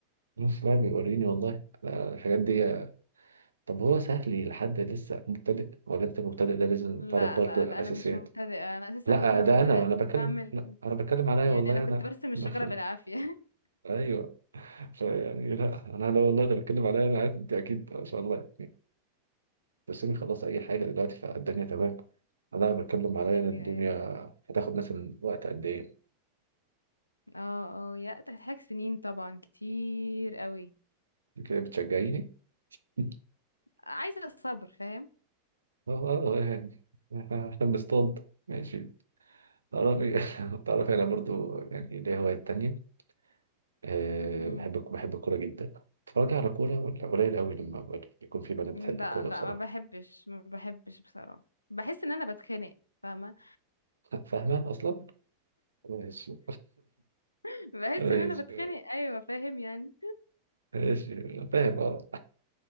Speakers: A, on the right; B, on the left.
A: نص بقى بيوريني والله لا، الحاجات دي طب هو سهل لحد لسه مبتدئ ولا انت مبتدئ ده لازم
B: لا
A: تعرف برضه
B: لا
A: الأساسيات
B: لا انا مش مبتدئة انا اساسا
A: لا
B: وانا
A: ده
B: مبتدئة
A: انا
B: كنت
A: انا بتكلم
B: بعمل
A: لا انا بتكلم عليا
B: يعني
A: والله
B: انا كنت
A: انا
B: برسم الشجرة
A: <laughs> لا.
B: بالعافية <laughs>
A: ايوه ف- يعني لا انا لو والله ده بتكلم عليا انا عارف انت اكيد ما شاء الله تسيبني خلاص اي حاجه دلوقتي فالدنيا تمام انا بتكلم عليا انا الدنيا
B: ايوه ايوه
A: هتاخد مثلا وقت قد ايه
B: اه اه يا تحتاج سنين طبعا كتير قوي
A: كده بتشجعيني <laughs>
B: عايزة الصبر فاهم
A: اه آه، يعني <laughs> احنا إحنا بنصطاد ماشي تعرفي <laughs> تعرفي انا برضو يعني ليا هوايات تانية أه
B: مم.
A: بحب بحب الكورة جدا اتفرج على كورة ولا قليل قوي لما يكون في بنات
B: لا
A: بتحب الكورة
B: لا
A: بصراحة
B: ما بحبش ما بحبش بصراحة بحس ان انا بتخانق فاهمة
A: فاهمة أصلا؟ ماشي
B: <laughs> بحس
A: <laughs> ماشي
B: ان انا بتخانق ايوه فاهم يعني
A: ماشي فاهم اه